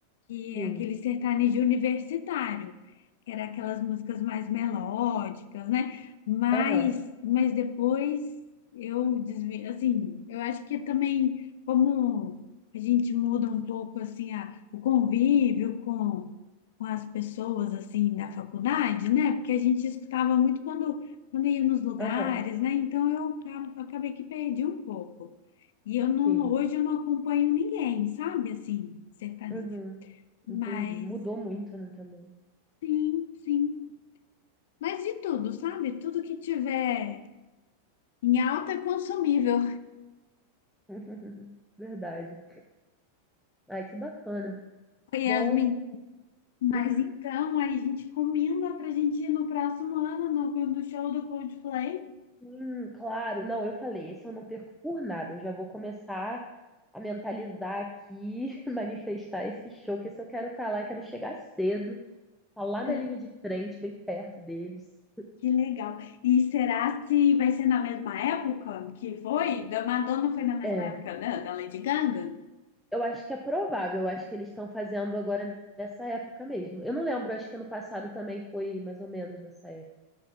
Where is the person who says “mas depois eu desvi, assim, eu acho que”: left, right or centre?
Left